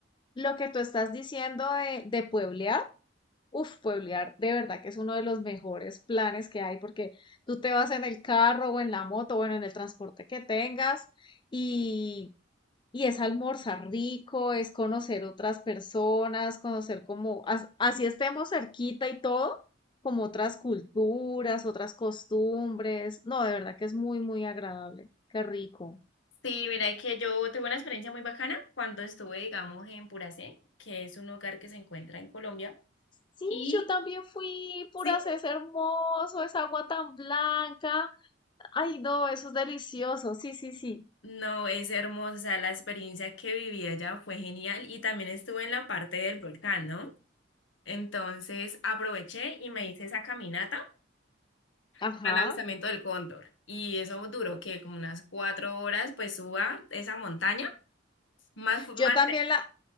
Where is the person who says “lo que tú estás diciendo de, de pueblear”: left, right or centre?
Left